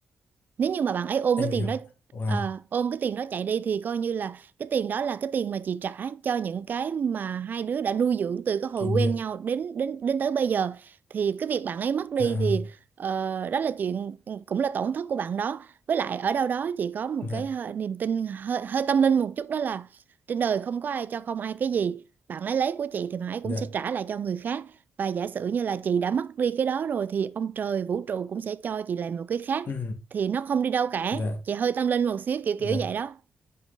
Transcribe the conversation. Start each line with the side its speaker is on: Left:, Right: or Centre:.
Right: nếu như mà bạn ấy ôm
Left: em
Right: cái tiền
Left: hiểu
Right: đó
Left: wow
Right: ờ, ôm cái tiền đó chạy đi thì coi như là cái tiền đó là cái tiền mà chị trả cho những cái mà hai đứa đã nuôi dưỡng từ cái hồi
Left: kỷ
Right: quen
Left: niệm
Right: nhau đến đến đến tới bây giờ thì cái việc bạn ấy mất đi
Left: là
Right: thì ờ, đó là chuyện ừ, cũng là tổn thất của bạn đó với lại ở đâu đó chị có một
Left: dạ
Right: cái hơi- niềm tin hơi, hơi tâm linh một chút đó là trên đời không có ai cho không ai cái gì bạn ấy lấy của chị thì bạn ấy cũng
Left: dạ
Right: sẽ trả lại cho người khác và giả sử như là chị đã mất đi cái đó rồi thì ông trời vũ trụ cũng sẽ cho chị lại một cái khác
Left: ừ,
Right: thì nó không đi đâu cả
Left: dạ
Right: chị hơi tâm linh một xíu kiểu
Left: dạ
Right: kiểu vậy đó